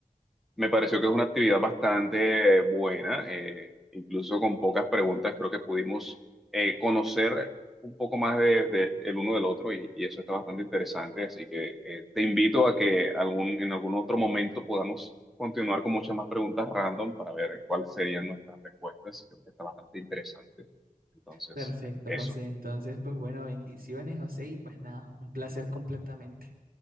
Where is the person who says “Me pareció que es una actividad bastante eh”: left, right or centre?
Centre